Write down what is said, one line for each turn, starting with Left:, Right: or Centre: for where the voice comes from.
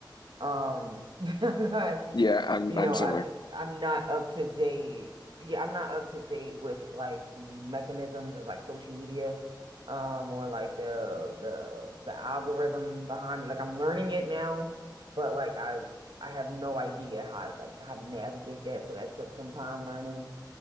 Right: Um, <laughs> I'm not
Left: Yeah, I'm
Right: you
Left: I'm
Right: know,
Left: similar.
Right: I I'm not up to date. Yeah, I'm not up to date with like the mechanisms of like social media, um, or like the the the algorithm behind it. Like I'm learning it now, but like I I have no idea how like how to navigate that. So that took some time learning